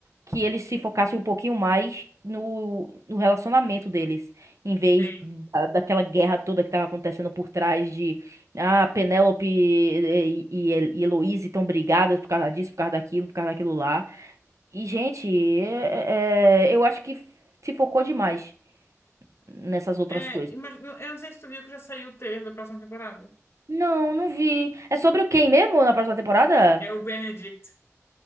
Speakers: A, on the right (about 70°); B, on the left (about 50°).
A: que eles se focassem um pouquinho mais no, no relacionamento deles, em vez
B: Sim.
A: da- daquela guerra toda que tava acontecendo por trás de ah, Penélope e, e, e Heloísa estão brigadas por causa disso, por causa daquilo, por causa daquilo lá. E, gente, é- é, eu acho que se focou demais nessas outras
B: É,
A: coisas.
B: mas eu não sei se tu viu que já saiu o trailer da próxima temporada.
A: Não, não vi. É sobre o quem mesmo na próxima temporada?
B: É o Benedict.